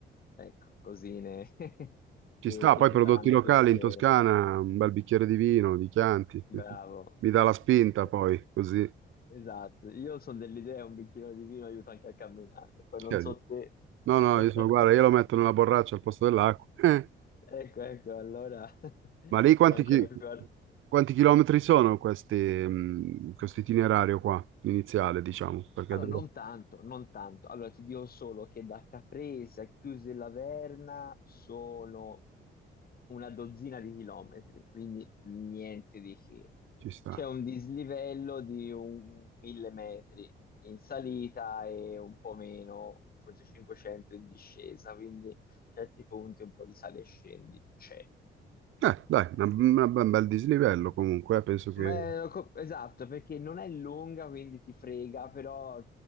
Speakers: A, on the left; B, on the right.
A: ecco, cosine <laughs> che,
B: Ci sta,
A: che
B: poi
A: ti
B: prodotti
A: faranno
B: locali
A: piacere.
B: in Toscana, un bel bicchiere di vino, di Chianti.
A: Bravo,
B: <laughs> Mi dà la spinta
A: Eh,
B: poi, così.
A: esatto. Io sono dell'idea un bicchierino di vino aiuta anche a camminare, poi
B: Cioè,
A: non so te.
B: No, no,
A: <laughs>
B: io sono, guarda, io lo metto nella borraccia al posto dell'acqua. <laughs> Eh,
A: Ecco, ecco, allora <laughs>
B: Ma lì
A: sei
B: quanti,
A: ancora
B: chi-
A: più... ar-
B: quanti chilometri sono questi, mh, questo itinerario qua, iniziale, diciamo, perché
A: Allora,
B: devo-
A: non tanto, non tanto. Allora, ti dico solo che da Caprese a Chiusi e Laverna sono una dozzina di chilometri, quindi niente di che.
B: ci sta.
A: C'è un dislivello di un mille metri in salita e un po' meno, forse 500 in discesa, quindi certi punti un po' di sale e scendi c'è.
B: Eh, dai, una- una- un bel dislivello comunque, eh, penso che...
A: Ma è co- esatto, perché non è lunga, quindi ti frega, però